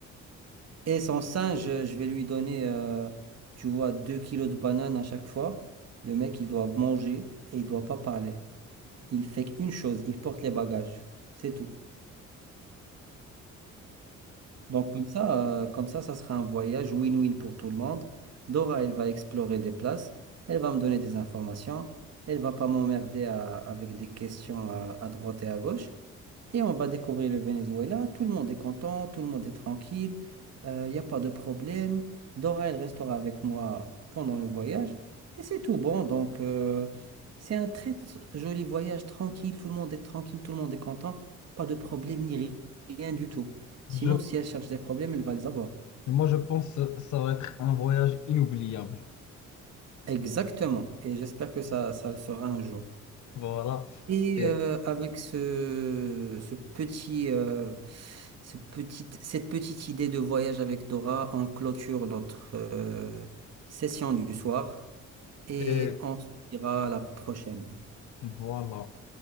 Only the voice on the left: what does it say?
Je,
moi, je pense que ça va être un voyage inoubliable.
Voilà.
Et,
et
voilà.